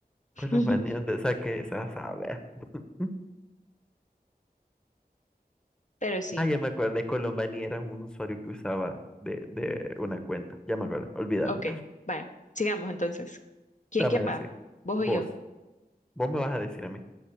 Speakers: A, in the centre; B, on the left.
A: Colombani,
B: <laughs>
A: ¿dónde saqué esa sabe? <laughs>
B: Pero sí.
A: Ah, ya me acordé, Colombani era un usuario que usaba de, de una cuenta. Ya me acuerdo, olvídalo.
B: Ok, vaya, sigamos entonces. ¿Quién,
A: Dámela
B: quién va?
A: así.
B: ¿Vos
A: Vos,
B: o yo?
A: vos me vas a decir a mí.